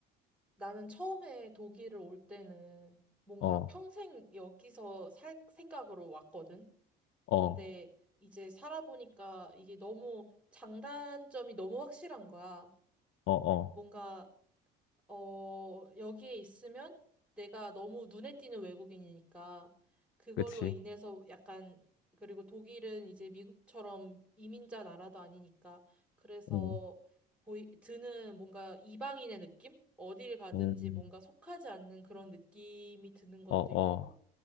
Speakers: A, in the centre; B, on the left (about 65°).
A: 나는 처음에 독일을 올 때는 뭔가
B: 어,
A: 평생 여기서 살 생각으로 왔거든.
B: 어,
A: 근데 이제 살아보니까 이게 너무 장단점이 너무 확실한 거야.
B: 어, 어,
A: 뭔가, 어, 여기에 있으면 내가 너무 눈에 띄는 외국인이니까 그걸로
B: 그치.
A: 인해서 약간, 그리고 독일은 이제 미국처럼 이민자 나라도 아니니까 그래서
B: 음,
A: 보이, 드는 뭔가 이방인의 느낌? 어디를 가든지
B: 음,
A: 뭔가 속하지 않는 그런 느낌이 드는 것도
B: 어, 어,
A: 있고